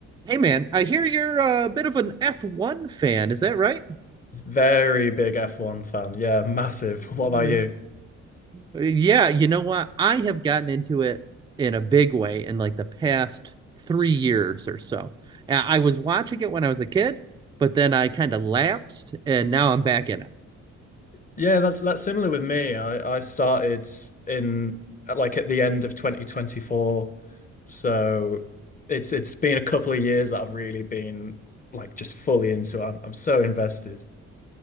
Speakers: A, on the right (about 15°); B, on the left (about 25°).
A: Hey man, I hear you're a bit of an F1 fan. Is that right?
B: Very big F1 fan. Yeah, massive. <laughs> What
A: Yeah.
B: about you?
A: Yeah, you know what? I have gotten into it in a big way in like the past three years or so. Uh, I was watching it when I was a kid, but then I kind of lapsed and now I'm back in it.
B: Yeah, that's that's similar with me. I I started in like at the end of 2024. So it's it's been a couple of years that I've really been like just fully into it. I'm I'm so invested.